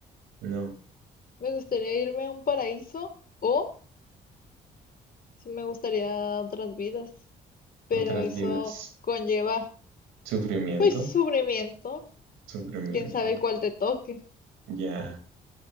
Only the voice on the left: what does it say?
Me gustaría irme a un paraíso o sí me gustaría otras vidas, pero
eso
conlleva
Pues sufrimiento,
quién sabe cuál te toque.